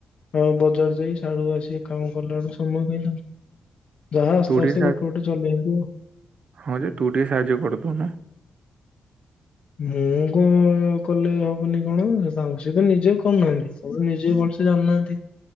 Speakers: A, on the left (about 55°); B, on the right (about 60°).
A: ଆଉ ବଜାର ଯାଇ ସିଆଡୁ ଆସିି ଏଇ କାମ କଲା ବେଡୁ ସମୟ କାଇଁ ତାଙ୍କୁ ଯାହା ଆସ୍ତେ
B: ତୁ ଟିକେ
A: ଆସ୍ତେ ଗୋଟେ ଗୋଟେ ଚଲେଇବୁ ଆଉ।
B: ହଁ ଯେ ତୁ ଟିକେ ସାହାଯ୍ୟ କରିଦଉନୁ।
A: <unintelligible> କଲେ ହବନି କଣ ତାଙ୍କ ସହିତ ନିଜେ କରୁନାହାନ୍ତି କଣ ନିଜେ ଭଲସେ ଜାଣିନାହାନ୍ତି।